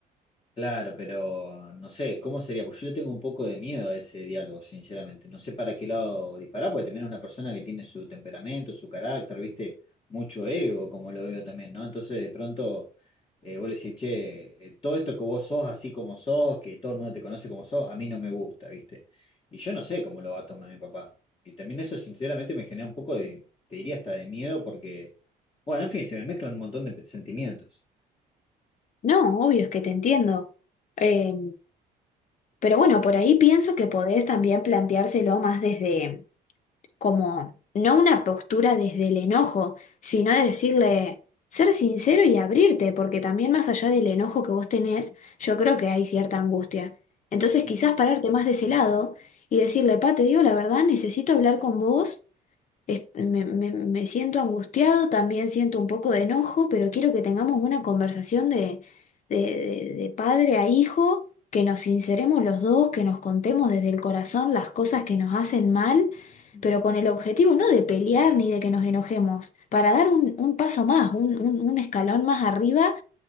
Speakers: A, on the left; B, on the left.
A: Claro, pero no sé, ¿cómo sería? Pues yo le tengo un poco de miedo a ese diálogo, sinceramente. No sé para qué lado disparar, porque también es una persona que tiene su temperamento, su carácter, ¿viste? Mucho ego, como lo veo también, ¿no? Entonces, de pronto, eh, vos le decís, che, eh, todo esto que vos sos así como sos, que todo el mundo te conoce como sos, a mí no me gusta, ¿viste? Y yo no sé cómo lo va a tomar mi papá. Y también eso, sinceramente, me genera un poco de, te diría hasta de miedo, porque, bueno, en fin, se me mezclan un montón de sentimientos.
B: No, obvio, es que te entiendo. Eh, pero bueno, por ahí pienso que podés también planteárselo más desde como no una postura desde el enojo, sino de decirle, ser sincero y abrirte, porque también más allá del enojo que vos tenés, yo creo que hay cierta angustia. Entonces
A: Mm,
B: quizás pararte más de ese lado y decirle, pa, te digo la verdad, necesito hablar con vos. Es- me, me- me siento angustiado, también siento un poco de enojo, pero quiero que tengamos una conversación de, de, de- de padre a hijo, que nos sinceremos los dos, que nos contemos desde el corazón las cosas que nos hacen mal,
A: mm,
B: pero con el objetivo no de pelear ni de que nos enojemos, para dar un, un paso más, un, un- un escalón más arriba